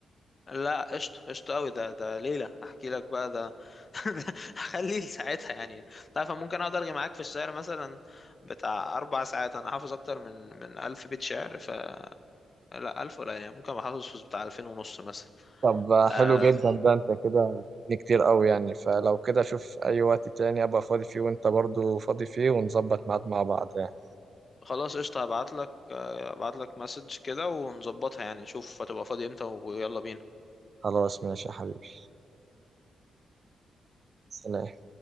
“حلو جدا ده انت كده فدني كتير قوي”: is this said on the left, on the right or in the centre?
Right